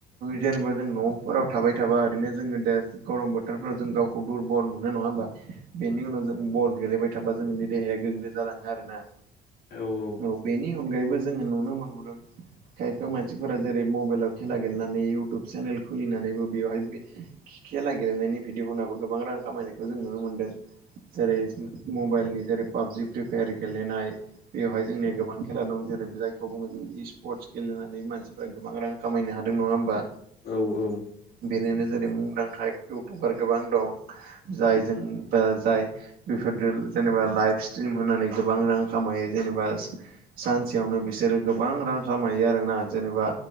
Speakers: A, on the right; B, on the left.
A: जेनेबा जों न'फोराव थाबाय थाबा ओरैनो जोङो दा गरम बोथोरफ्राव जों गावखौ दुरबल मोनो नङा होमबा बेनि उनाव जों बल गेलेबाय थाबा जोंनि देहाया गोग्गो जालाङो आरोना।
B: औ।
A: औ बेनि अनगायैबो जोङो नुनो मोनबोदों खायफा मानसिफोरा जेरै मबाइलाव खेला गेलेनानै इउटुब चेनेल खुलिनानैबो बेवहाय खेला गेलेनायनि भिडिअ' होनाबो गोबां रां खामायनायखौ जों नुनो मोन्दों जेरै मबाइलनि जेरै पाबजि फ्रि फायार गेलेनाय बेवहाय जोंनिया गोबां खेला दं जेरै जायखौ बुङो जों इ स्पोर्टस गेलेनानै मानसिफोरा गोबां रां खामायनो हादों नङा होमबा?
B: औ औ।
A: बेनोनो जेरै मुंदांखा इउटिउबार गोबां दं जाय जों ओ जाय बेफोरदो जेनेबा लाइभ स्ट्रिम होनानै गोबां रां खामायो जेनेबा सानसेयावनो बिसोरो गोबां रां खालाम हायो आरोना। जेनेबा